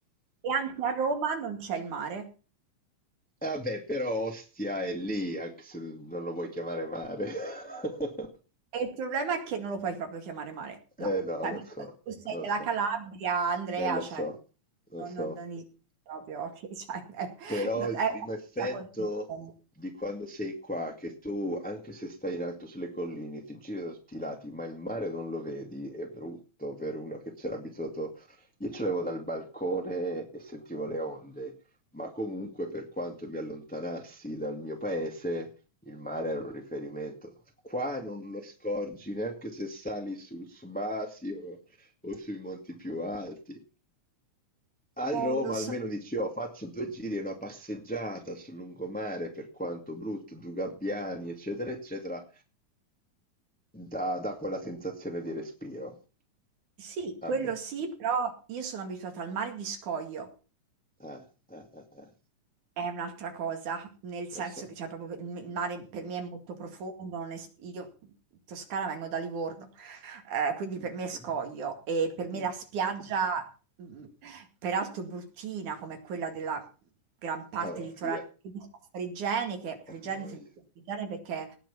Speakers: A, on the right; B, in the centre.
A: E anche a Roma non c'è il mare.
B: E vabbè, però Ostia è lì, anche se non lo vuoi chiamare mare. <laughs>
A: E il problema è che non lo puoi proprio chiamare mare. No,
B: Eh no,
A: Cioè,
B: lo so,
A: tu sei
B: lo
A: della
B: so.
A: Calabria, Andrea,
B: Eh lo
A: cioè,
B: so, lo
A: non,
B: so.
A: non, non esiste proprio, <laughs> che- cioè, è,
B: Però
A: no, è
B: il primo effetto
A: una concezione.
B: di quando sei qua, che tu, anche se stai in alto sulle colline, ti giri da tutti i lati, ma il mare non lo vedi, è brutto per uno che c'era abituato. Io ce l'avevo dal balcone e sentivo le onde, ma comunque per quanto mi allontanassi dal mio paese, il mare era un riferimento. Qua non lo scorgi neanche se sali sul Subasio o sui monti più alti. A
A: Eh,
B: Roma
A: lo so,
B: almeno dici, "Oh, faccio due giri e una passeggiata sul lungomare, per quanto brutto, due gabbiani, eccetera, eccetera, dà, dà quella sensazione di respiro.
A: sì, quello
B: A me.
A: sì, però io sono abituata al mare di scoglio.
B: Eh, eh, eh, eh.
A: È un'altra cosa, nel
B: Lo
A: senso
B: so.
A: che c'è proprio il il mare per me è molto profondo, non es- io in Toscana vengo da Livorno, eh, quindi
B: Mm,
A: per me è scoglio
B: mm,
A: e per me
B: mm.
A: la spiaggia, mh, peraltro bruttina come quella della gran parte
B: A voglia,
A: litorale di Fregene, che Fregene,
B: a voglia.
A: se non Fregene perché